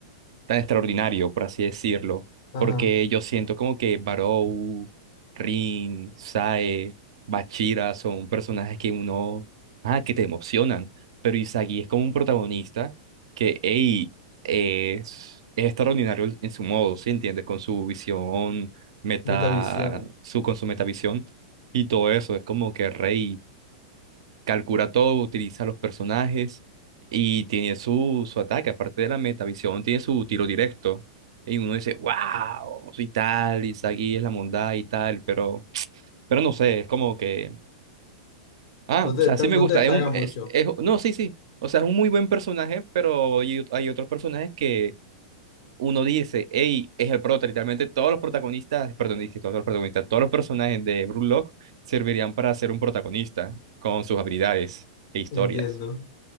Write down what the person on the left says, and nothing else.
Ajá,
Metavisión.
No te,
desta-
no
te destaca
mucho,
entiendo.